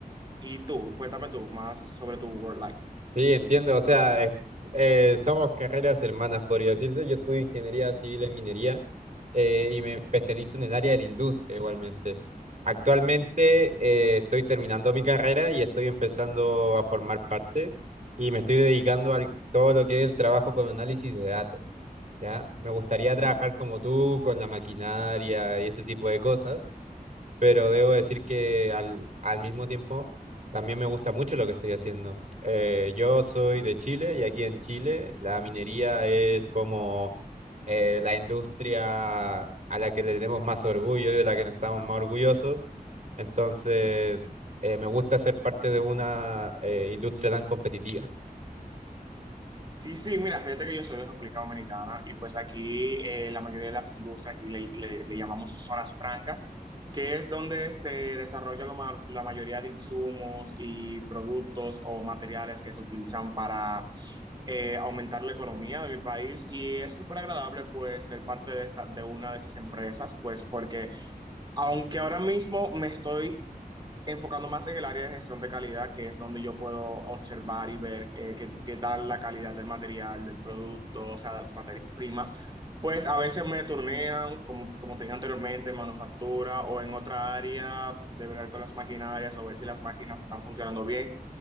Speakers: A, on the right; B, on the right.
A: Y tú, cuéntame tú más sobre tu work life.
B: Sí, entiendo, o sea, es- eh, somos carreras hermanas, podría decirse. Yo estudio ingeniería civil en minería eh, y me especializo en el área de la industria igualmente. Actualmente eh, estoy terminando mi carrera y estoy empezando a formar parte y me estoy dedicando a todo lo que es el trabajo con análisis de datos, ¿ya? Me gustaría
A: Mm.
B: trabajar como tú, con la maquinaria y ese tipo de cosas pero debo decir que al, al mismo tiempo también me gusta mucho lo que estoy haciendo. Eh, yo soy de Chile y aquí en Chile la minería es como eh, la industria a la que le tenemos más orgullo y de la que nos estamos más orgullosos. Entonces, eh, me gusta ser parte de una eh, industria tan competitiva.
A: Sí, sí, mira, fíjate que yo soy de República Dominicana y pues aquí eh, la mayoría de las industrias, aquí le, le- le llamamos zonas francas, que es donde se desarrolla lo ma- la mayoría de insumos y productos o materiales que se utilizan para eh, aumentar la economía de mi país y es súper agradable pues ser parte de, esta, de una de esas empresas, pues porque aunque ahora mismo me estoy enfocando más en el área de gestión de calidad, que es donde yo puedo observar y ver eh, qué, qué tal la calidad del material, del producto, o sea, de las materias primas, pues a veces me turnean, como, como te dije anteriormente, en manufactura o en otra área, de ver con las maquinarias o ver si las máquinas están funcionando bien.